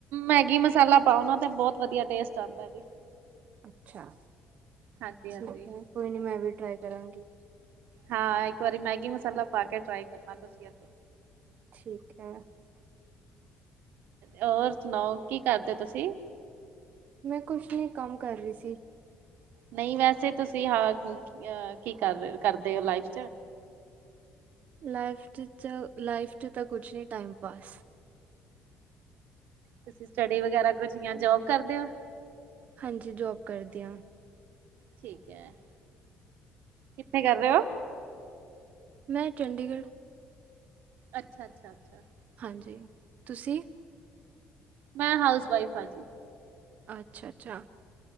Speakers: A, on the right (about 75°); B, on the right (about 50°).
A: ਮੈਗੀ ਮਸਾਲਾ ਪਾਓ ਨਾ ਤੇ, ਬਹੁਤ ਵਧੀਆ ਟੇਸਟ ਆਉਂਦਾ ਹੈ।
B: ਅੱਛਾ
A: ਹਾਂਜੀ
B: ਠੀਕ
A: ਹਾਂਜੀ।
B: ਹੈ। ਕੋਈ ਨ ਮੈਂ ਵੀ ਟਰਾਈ ਕਰਾਂਗੀ।
A: ਹਾਂ। ਇੱਕ ਵਾਰੀ ਮੈਗੀ ਮਸਾਲਾ ਪਾ ਕੇ ਟਰਾਈ ਕਰਨਾ ਸੀ।
B: ਠੀਕ ਹੈ।
A: ਹੋਰ ਸੁਣਾਓ ਕੀ ਕਰਦੇ ਹੋ ਤੁਸੀਂ?
B: ਮੈਂ ਕੁਛ ਨੀ ਕੰਮ ਕਰ ਰਹੀ ਸੀ।
A: ਨਹੀਂ ਵੈਸੇ ਤੁਸੀਂ ਹਾਂ, ਅਹ ਕੀ ਕਰ-ਕਰਦੇ ਹੋ ਲਾਈਫ ਚ?
B: ਲਾਈਫ ਚ, ਲਾਈਫ ਚ ਤਾਂ ਕੁਛ ਨਹੀਂ ਟਾਈਮ ਪਾਸ।
A: ਤੁਸੀਂ ਸਟੱਡੀ ਵਗੈਰਾ ਕੁਛ ਜਾਂ ਜੋਬ ਕਰਦੇ ਹੋ?
B: ਹਾਂਜੀ। ਜੋਬ ਕਰਦੇ ਹਾਂ।
A: ਠੀਕ ਹੈ। ਕਿੱਥੇ ਕਰ ਰਹੇ ਹੋ?
B: ਮੈਂ ਚੰਡੀਗੜ੍ਹ।
A: ਅੱਛਾ-ਅੱਛਾ-ਅੱਛਾ।
B: ਹਾਂਜੀ। ਤੁਸੀਂ
A: ਮੈਂ ਹਾਊਸ ਵਾਈਫ ਹਾਂ ਜੀ।
B: ਅੱਛਾ-ਅੱਛਾ।